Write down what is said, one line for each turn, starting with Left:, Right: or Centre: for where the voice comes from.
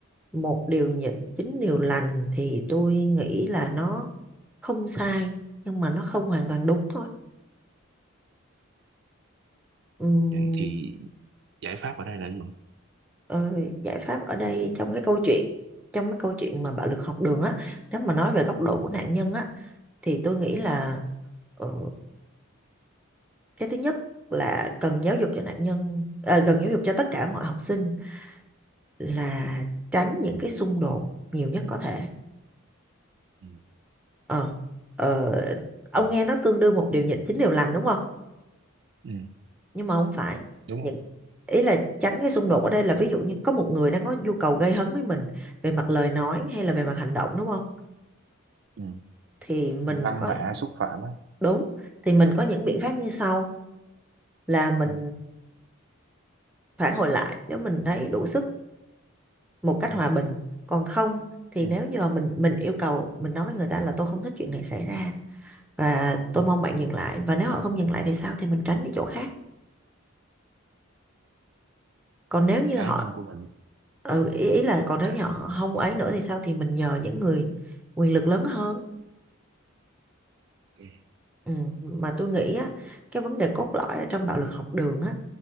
Centre: một điều nhịn chín điều lành thì tôi nghĩ là nó không sai nhưng mà nó không hoàn toàn đúng thôi. Ừm,
Right: vậy thì giải pháp ở đây là gì
Centre: ờ, giải pháp ở đây trong cái câu chuyện trong cái câu chuyện mà bạo lực học đường á, nếu mà nói về góc độ của nạn
Right: ừ,
Centre: nhân á thì tôi nghĩ là ờ, cái thứ nhất là cần giáo dục cho nạn nhân ờ, cần giáo dục cho tất cả mọi học sinh là tránh những cái xung đột nhiều nhất có thể
Right: ừ,
Centre: ờ, ờ, ông
Right: ừ,
Centre: nghe nó tương đương một điều nhịn chín điều lành đúng không
Right: ừ,
Centre: nhưng mà không phải
Right: đúng
Centre: những
Right: không
Centre: ý là tránh cái xung đột ở đây là ví dụ như có một người đang có nhu cầu gây hấn với mình về mặt lời nói hay là về mặt hành động đúng không
Right: ừ.
Centre: thì mình
Right: lăng
Centre: có
Right: mạ xúc phạm á
Centre: đúng thì mình có những biện pháp như sau là mình
Right: ừ,
Centre: phản hồi lại nếu mình thấy đủ sức một cách
Right: ừ,
Centre: hòa bình còn không thì
Right: ừ,
Centre: nếu như mà mình mình yêu cầu mình nói với người ta là tôi không thích chuyện này xảy ra và tôi
Right: ừ.
Centre: mong bạn dừng lại và nếu họ không dừng lại thì sao thì mình tránh đi chỗ khác còn nếu như
Right: cá
Centre: họ
Right: nhân của mình
Centre: ừ, ý, ý là
Right: họ
Centre: còn nếu
Right: cả
Centre: như họ không ấy nữa thì sao thì mình nhờ những người quyền lực lớn hơn
Right: ừ,
Centre: ừ, mà tôi nghĩ á cái vấn đề cốt lõi ở trong bạo lực học đường á